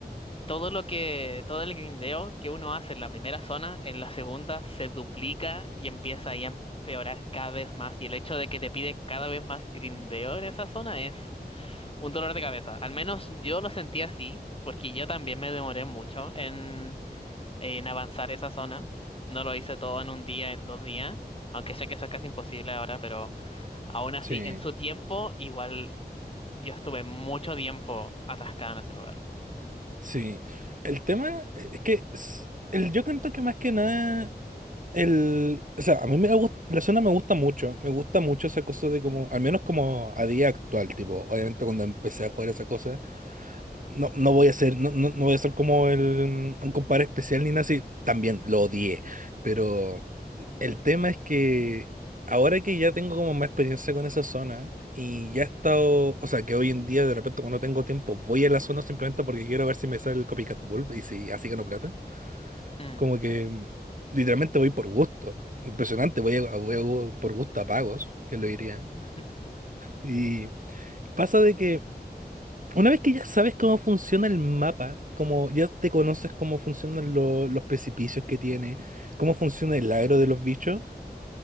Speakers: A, on the left; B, on the right.
A: todo lo que... Todo el grindeo que uno hace en la primera zona, en la segunda se duplica y empieza ahí a empeorar cada vez más. Y el hecho de que te pide cada vez más grindeo en esa zona es... Un dolor de cabeza. Al menos yo lo sentí así, porque yo también me demoré mucho en, en avanzar esa zona. No lo hice todo en un día, en dos días, aunque sé que eso es casi imposible ahora, pero aún así,
B: sí,
A: en su tiempo, igual yo estuve mucho tiempo atascado en ese lugar.
B: sí. El tema eh, es que s- el, yo creo que más que nada El, o sea, a mí me gusta, la zona me gusta mucho, me gusta mucho esa cosa de como, al menos como a día actual, tipo, obviamente cuando empecé a jugar esa cosa, no, no voy a ser, no, no, no voy a ser como el, un compadre especial ni nada así, también lo odié, pero el tema es que ahora que ya tengo como más experiencia con esa zona y ya he estado, o sea, que hoy en día de repente cuando tengo tiempo voy a la zona simplemente porque quiero ver si me sale el copycat bulb y si así gano plata.
A: Mm.
B: Como que mm, literalmente voy por gusto. Impresionante, voy, a- voy a- por gusto a pagos, que lo diría.
A: <laughs>
B: Y pasa de que una vez que ya sabes cómo funciona el mapa, como ya te conoces cómo funcionan lo- los precipicios que tiene, cómo funciona el agro de los bichos,